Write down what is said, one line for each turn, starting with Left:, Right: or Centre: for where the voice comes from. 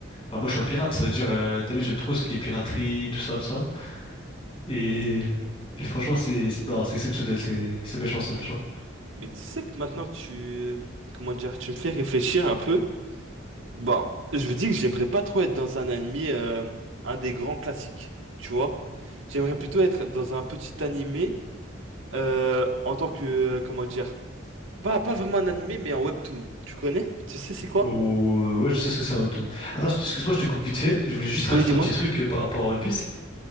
Left: bah, moi, je suis un pirate, ça veut dire, euh, t'as vu, j'aime trop ce qui est piraterie, tout ça, tout ça. Et, et franchement, c'est, c'est- non, c'est exceptionnel, c'est, c'est méchant, c'est méchant.
Right: Mais tu sais que maintenant que tu... euh, Comment dire? Tu me fais réfléchir un peu. Bon, je me dis que j'aimerais pas trop être dans un anime, euh, un des grands classiques, tu vois? J'aimerais plutôt être dans un petit animé euh, en tant que... euh, Comment dire? Pas, pas vraiment un animé, mais un webtoon. Tu connais? Tu sais c'est quoi?
Left: Ou, euh, ouais, je sais ce que c'est un Obtoon. Attends, excuse-moi, je te coupe vite fait. Je voulais juste rajouter
Right: Oui, dis-moi.
Left: un petit truc euh, par rapport à One Piece.